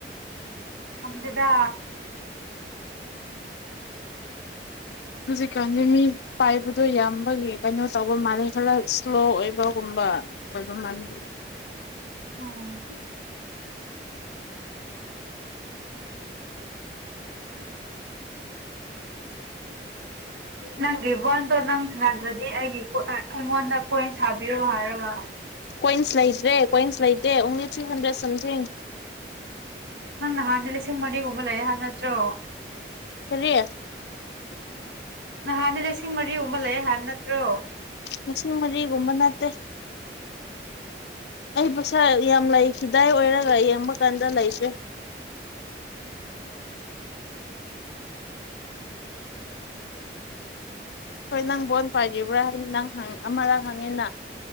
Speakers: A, on the right (about 80°); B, on the left (about 70°).
A: ꯈꯪꯗꯦꯗ
B: ꯍꯧꯖꯤꯛꯀꯥꯟꯁꯦ ꯃꯤ ꯄꯥꯏꯕꯗꯣ ꯌꯥꯝꯕꯒꯤ ꯀꯩꯅꯣ ꯇꯧꯕ ꯃꯥꯜꯂꯦ ꯈꯔ ꯏꯁꯂꯣ ꯑꯣꯏꯕꯒꯨꯝꯕ ꯑꯗꯨ ꯃꯥꯅꯤ
A: ꯎꯝ <inaudible> ꯅꯪꯒꯤ ꯕꯣꯟꯗꯣ ꯅꯪ ꯁꯗꯔꯥꯗꯤ ꯑꯩꯒꯤ ꯑꯩꯉꯣꯟꯗ ꯀꯣꯏꯟ ꯁꯥꯕꯤꯌꯣ ꯍꯥꯏꯔꯒ
B: ꯀꯣꯏꯟꯁ ꯂꯩꯇ꯭ꯔꯦ ꯀꯣꯏꯟꯁ ꯂꯩꯇꯦ ꯑꯣꯡꯂꯤ ꯊꯔꯤ ꯍꯟꯗꯔꯦꯠ ꯁꯝꯊꯤꯡ
A: ꯅꯪ ꯅꯍꯥꯟꯗꯤ ꯂꯤꯁꯤꯡ ꯃꯔꯤꯒꯨꯝꯕ ꯂꯩꯌꯦ ꯍꯥꯏꯕ ꯅꯠꯇ꯭ꯔꯣ
B: ꯀꯔꯤ
A: ꯅꯍꯥꯟꯗꯤ ꯂꯤꯁꯤꯡ ꯃꯔꯤꯒꯨꯝꯕ ꯂꯩ ꯍꯥꯏꯕ ꯅꯠꯇ꯭ꯔꯣ
B: ꯂꯤꯁꯤꯡ ꯃꯔꯤꯒꯨꯝꯕ ꯅꯠꯇꯦ ꯑꯩ ꯄꯩꯁꯥ ꯌꯥꯝ ꯂꯩꯈꯤꯗꯥꯏ ꯑꯣꯏꯔꯒ ꯌꯦꯡꯕ ꯀꯥꯟꯗ ꯂꯩꯇ꯭ꯔꯦ ꯍꯣꯏ ꯅꯪ ꯕꯣꯜ ꯄꯥꯏꯒꯤꯕ꯭ꯔꯥ ꯍꯥꯏꯅ ꯅꯪ ꯑꯃꯔꯛ ꯍꯪꯉꯦꯅ